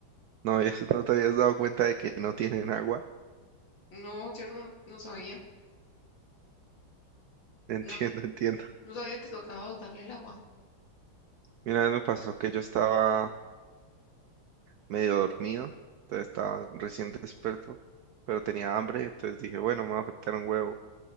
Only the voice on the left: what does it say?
No, yo no, no sabía.
No,
no sabía que tocaba botarle el agua.